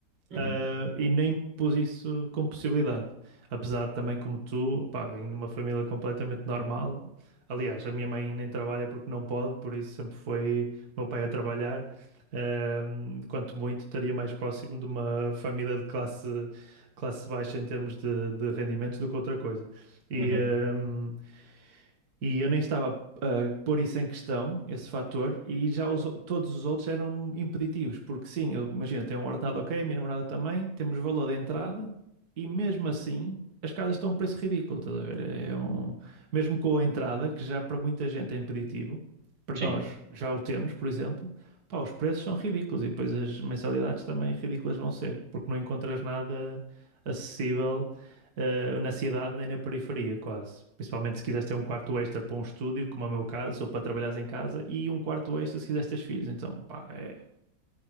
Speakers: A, on the right; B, on the right.
A: uhum,
B: uh, e nem pus isso como possibilidade. Apesar de também, como tu, pá, venho de uma família completamente normal. Aliás, a minha mãe nem trabalha porque não pode, por isso sempre foi meu pai a trabalhar. Um, quanto muito, estaria mais próximo de uma família de classe, classe baixa em termos de, de rendimentos do que outra coisa. E,
A: uhum.
B: um, e eu nem estava ah, a pôr isso em questão, esse fator, e já os o- todos os outros eram impeditivos, porque sim, eu, imagina, tenho um ordenado ok, a minha namorada também, temos valor de entrada, e mesmo assim as casas estão a um preço ridículo, estás a ver? É um, mesmo com a entrada, que já para muita gente é impeditivo, para
A: Sim.
B: nós já o temos, por exemplo, pá, os preços são ridículos e depois as mensalidades também ridículas vão ser, porque não encontras nada acessível eh, na cidade nem na periferia, quase. Principalmente se quiseres ter um quarto extra para um estúdio, como é o meu caso, ou para trabalhares em casa, e um quarto extra se quiseres ter filhos. Então, pá, é.